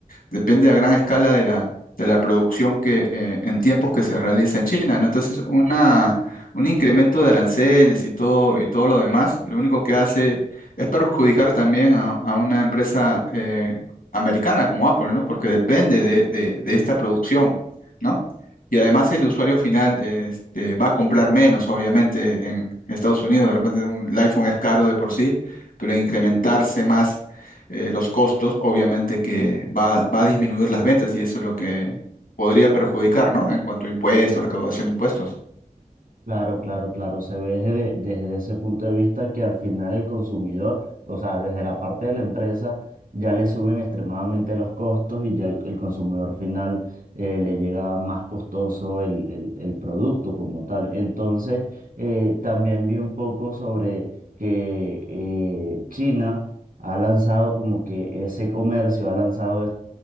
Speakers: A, on the left; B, on the right.
A: Depende a gran escala de la, de la producción que eh, en tiempos que se realiza en China, ¿no? Entonces, una, un incremento de aranceles y todo, y todo lo demás, lo único que hace es perjudicar también a, a una empresa eh, americana como Apple, ¿no? Porque depende de, de- de esta producción, ¿no? Y además el usuario final este, va a comprar menos, obviamente, en Estados Unidos. De repente un, el iPhone es caro de por sí, pero incrementarse más eh, los costos, obviamente que va, va a disminuir las ventas y eso es lo que podría perjudicar, ¿no? En cuanto a impuestos, recaudación de impuestos.
B: Claro, claro, claro. Se ve desde, desde ese punto de vista que al final el consumidor, o sea, desde la parte de la empresa, ya le suben extremadamente los costos y ya el, el consumidor final eh, le llega más costoso el, el- el producto como tal. Entonces, eh, también vi un poco sobre que eh, China ha lanzado como que ese comercio, ha lanzado